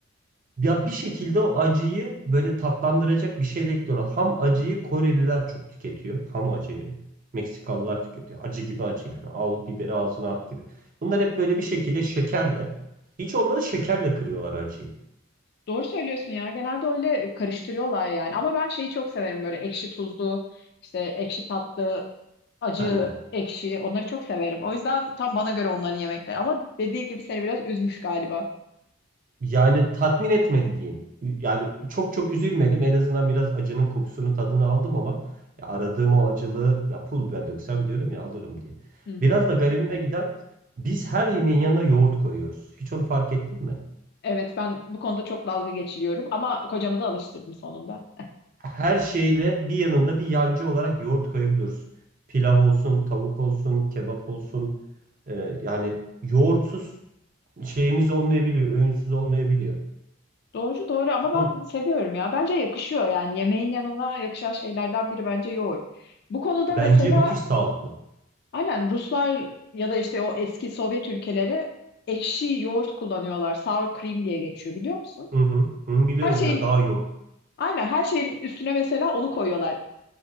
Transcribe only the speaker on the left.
Doğru söylüyorsun ya. Genelde öyle karıştırıyorlar yani. Ama ben şeyi çok severim böyle ekşi tuzlu, işte ekşi tatlı, acı,
ekşi. Onları çok severim. O yüzden tam bana göre onların yemekleri. Ama dediğin gibi seni biraz üzmüş galiba.
Hı hı.
Evet ben bu konuda çok dalga geçiliyorum ama kocamı da alıştırdım sonunda.
Doğru doğru ama
ben seviyorum ya. Bence yakışıyor yani yemeğin yanına yakışan şeylerden biri bence yoğurt. Bu konuda
mesela
Aynen Ruslar ya da işte o eski Sovyet ülkeleri ekşi yoğurt kullanıyorlar. Sour cream diye geçiyor biliyor musun?
Her şeyin
aynen her şeyin üstüne mesela onu koyuyorlar.